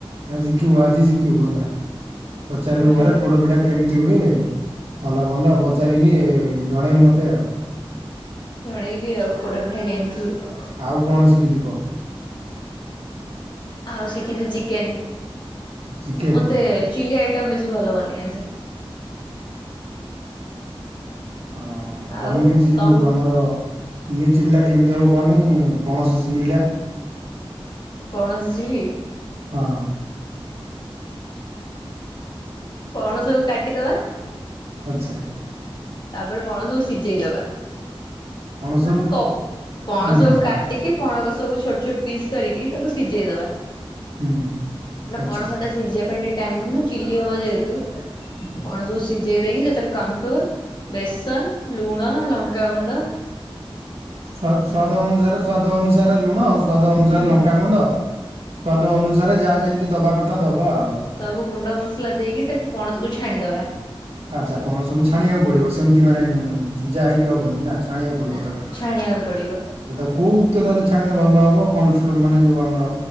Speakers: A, on the right; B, on the left.
A: ଆଜି ଆଜି ଆଜି ଶିଖିବୁ ହେଲା। ପଚାରି
B: ହୁଁ
A: ବୁ ଘରେ ପୋଡ଼ପିଠା କେମିତି କେମିତି ହୁଏ ଭଲ ମନ୍ଦ ପଚାରିକି ଜଣେଇବୁ ମତେ ଆଉ।
B: ଜଣେଇବି ଆଉ ପୋଡ଼ ପିଠା କେମିତି ହୁଏ।
A: ଆଉ କଣ ଶିଖିଛୁ କହ?
B: ଆଉ ଶିଖିଛି ଚିକେନ।
A: ଚିକେନ୍
B: ମତେ ଚିଲି ଆଇଟମ୍ ବେଶୀ ଭଲ ବନେଇ ଆସେ।
A: ହ
B: ଆଉ
A: ପନିର ଅଛି ଯୋଉ
B: ତମ
A: ଆମର ଇଏ ଚିଲି ଟା କେମିତି ହବ କହନି ପଣସ ଚିଲିଟା?
B: ପଣସ ଚିଲି?
A: ହଁ।
B: ପଣ ସବୁ କାଟିଦବା
A: ଆଛା।
B: ତାପରେ ପଣସକୁ ସିଝେଇଦବା
A: ପଣସକୁ
B: ମୁଁ ପଣସକୁ
A: ହୁଁ ହୁଁ
B: କାଟିକି ପଣସ ସବୁ ଛୋଟ ଛୋଟ ପିସ୍ କରିକି ତାକୁ ସିଜେଇ ଦେବା।
A: ହୁଁ ଆଚ୍ଛା।
B: ପଣସଟା କୁ ସିଝିବା ଚିଲି ହବ ଯେହେତୁ ପଣସ ସବୁ ସିଝେଇ ଦେଇକି ସେଥିରେ କର୍ଣ୍ଣ ଫ୍ଲୋର୍ ବେସନ, ଲୁଣ, ଲଙ୍କାାଗୁଣ୍ଡ
A: ସ୍ଵାଦ ସ୍ଵାଦ ସ୍ଵଦ୍ଅନୁସାରେ ଅନୁସାରେ ଲୁଣ ସ୍ଵାଦ ଅନୁସାରେ
B: ହୁଁ
A: ଲଙ୍କାାଗୁଣ୍ଡ ସ୍ଵାଦ ଅନୁସାରେ ଯାହା ଯେମିତି ଦବା କଥା ଦବା ଆଉ
B: ସବୁ ଗୁଣ୍ଡ ମସଲା ଦେଇକି ତାକୁ ପଣସକୁ ହାଣିଦ
A: ଆଚ୍ଛା ପଣ ସବୁ ଛାଣିବାକୁ ପଡିବ ସେମିତି ମାନେ ସିଝା ହେଇକି ହବନି ନା ଛାଣିବାକୁ ପଡିବ
B: ନା
A: ତାକୁ
B: ଛାଣିବାକୁ ପଡିବ
A: ଆ୍ଛା ତା କୋଉ ତେଲରେ ଛାଣିଲେ ଭଲ ହବ। କ ମାନେ ଯୋଉ ଆମର